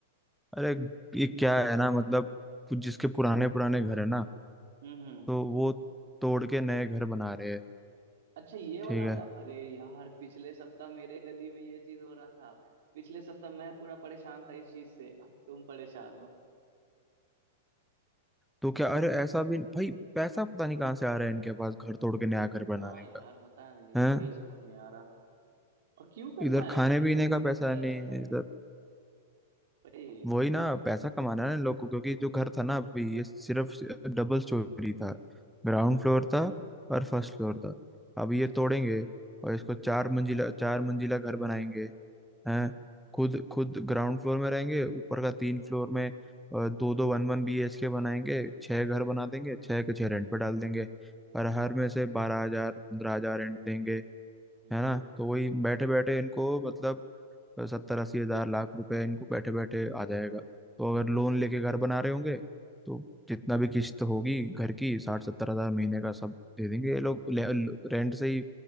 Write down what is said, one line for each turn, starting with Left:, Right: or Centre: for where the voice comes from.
Centre: अरे ये क्या है ना मतलब कुछ जिसके पुराने पुराने घर है ना
Right: हम्म हम्म
Centre: तो वो तोड़ के नए घर बना रहे हैं
Right: अच्छा ये वाला
Centre: ठीक
Right: हो
Centre: है
Right: रहा अरे यार पिछले सप्ताह मेरे गली में ये चीज हो रहा था पिछले सप्ताह मैं पूरा परेशान था इस चीज से अब तुम परेशान हो
Centre: तो क्या अरे ऐसा भी भाई पैसा पता नहीं कहाँ से आ रहा है इनके पास घर तोड़ के नया
Right: अरे
Centre: घर बनाने
Right: हाँ यार
Centre: का
Right: पता नहीं
Centre: है।
Right: वही समझ नहीं आ रहा और क्यों करना
Centre: इधर खाने
Right: है
Centre: पीने
Right: क्या दिक्कत
Centre: का पैसा
Right: है
Centre: नहीं है, इधर
Right: वही
Centre: वही ना पैसा कमाना है इन लोग को क्योंकि जो घर था ना अभी ये सिर्फ डबल स्टोरी था ग्राउंड
Right: हम्म हम्म,
Centre: फ्लोर था और फर्स्ट फ्लोर था अब
Right: अच्छा
Centre: ये तोड़ेंगे
Right: अच्छा
Centre: और इसको चार मंजिला चार मंजिला घर बनाएंगे हैं खुद खुद ग्राउंड फ्लोर में रहेंगे ऊपर का तीन फ्लोर में दो दो वन वन बी एच के बनाएंगे छह घर बना देंगे छह के छह रेंट पे डाल देंगे और
Right: वही
Centre: हर में से बारह हजार पंद्रह हजार रेंट देंगे
Right: हम्म
Centre: है ना तो वही बैठे बैठे इनको मतलब तो सत्तर अस्सी हजार लाख रुपए इनको बैठे बैठे आ जाएगा तो अगर लोन
Right: वही
Centre: लेके घर बना रहे होंगे तो जितना भी किस्त होगी घर की साठ सत्तर हजार महीने का सब दे देंगे ये लोग रेंट से ही